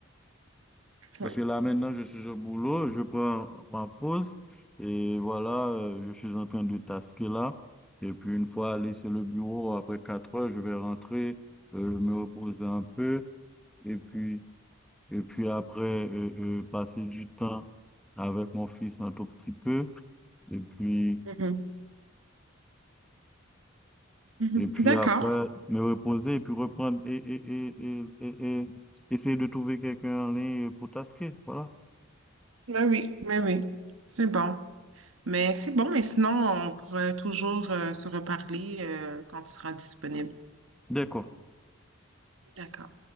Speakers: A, in the centre; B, on the right (about 75°).
A: Parce
B: Ouais.
A: que là maintenant, je suis au boulot, je prends ma pause, et voilà, euh, je suis en train de tasquer là. Et puis une fois laissé le bureau, après 4 heures, je vais rentrer, euh, me reposer un peu, et puis Et puis après, euh, euh, passer du temps avec mon fils un tout petit peu. Et puis,
B: Mhm. Mhm.
A: et puis
B: D'accord.
A: après, me reposer et puis reprendre et, et, et, et, et- et essayer de trouver quelqu'un en ligne pour tasquer. Voilà.
B: Mais oui, mais oui. C'est bon. Mais c'est bon, mais sinon, on pourrait toujours euh, se reparler euh, quand tu seras disponible.
A: D'accord.
B: D'accord.